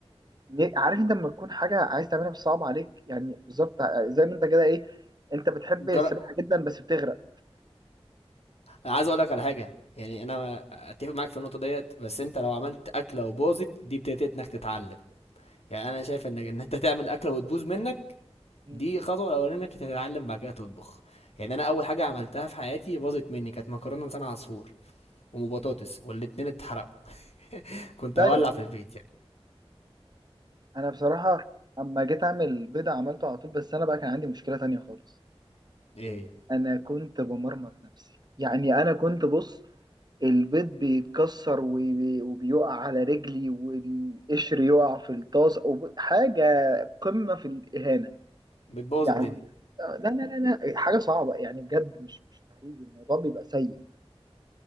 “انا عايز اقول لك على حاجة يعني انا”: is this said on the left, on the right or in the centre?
Left